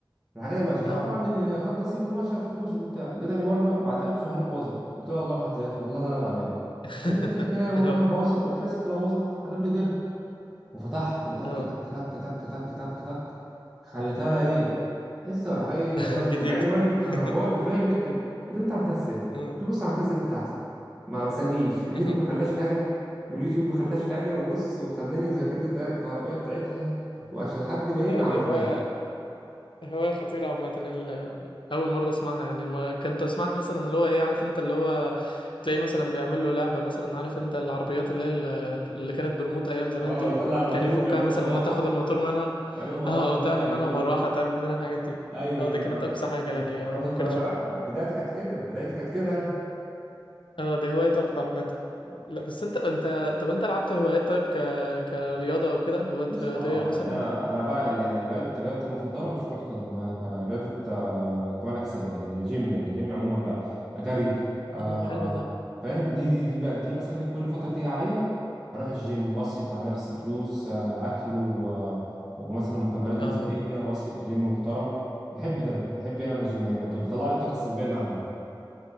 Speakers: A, in the centre; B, on the left.
A: الحاجه ماشيه خد
B: اه
A: طبعا اللي خد نصيبه ومشى فلوسه وبتاع جه تاني مره بعدها بشهرين باظت قلت لها والله ما حد داخل والله انا اللي عاملها
B: <laughs>
A: قالت لي الحكايه وروح
B: اه
A: باظت قلت لها يا ست لو باظت هجيب لي غيرها وفتحت وتك
B: اه
A: تك تك تك تك تك تك خليتها لها ايه لسه راح جاي
B: <laughs>
A: والدي
B: جديد
A: مع ان والدي كهربائي
B: <laughs>
A: وفاهم جدا قال لي انت عملتها ازاي
B: اه
A: قلت له بص عملتها ازاي دي بتاعتي ما تسالنيش النت
B: اه
A: ما خلاش حاجه واليوتيوب ما خلاش حاجه وبص وخلاني ذاكرت الدايره الكهربائيه بتاعتها وعشان لحد ما ايه
B: ده
A: ما عملتها
B: ده هواية هواية خطيرة عامة ال- أول مرة أسمعها يعني ما- كنت أسمعها مثلا اللي هو إيه عارف أنت اللي هو بتلاقي مثلا بيعمل له لعبة مثلا عارف أنت العربيات اللي هي ال- اللي كانت بريموت أيام زمان
A: اه
B: دي
A: يطلع الماتور
B: كان يفكها
A: ويعملوا
B: مثلا
A: مروحه
B: إن تاخد الموتور منها
A: ويعملوا
B: <laughs>
A: مروحه
B: أه أو
A: بقى
B: تعمل
A: يعملوا
B: منها مروحة تعمل منها الحاجات دي
A: ايوه
B: أه
A: ايوه
B: دي
A: ما
B: كانت
A: ما
B: أقصى حاجة يعني
A: انا كنت
B: ممكن
A: ما انا
B: أشوفها
A: بقى بدايتي كانت كده بدايتي كانت كده
B: أه دي هواية تحفة عامة
A: يعني
B: لا بس أنت أنت طب أنت لعبت هوايات طيب ك كرياضة أو كده هوايات
A: بص
B: رياضية
A: اه
B: مثلا
A: يعني انا انا بقى ال- يعني رياضه رياضتي المفضله مش كره قدم آه، رياضه آه، كمال اجسام يعني جيم يعني جيم عموما بقى جري آه،
B: أه حلو
A: آه،
B: ده
A: فاهم دي دي دي بقى دي مثلا إيه، كل فتره تيجي عليا هروح الجيم واصرف على نفسي فلوس آه، اكل و- آه، ومثلا مكملات غذائيه
B: أه
A: واصرف في جيم محترم بحب ده بحب يعني انا الجيم يعني بت- بيطلع لي الطاقه السلبيه اللي عندي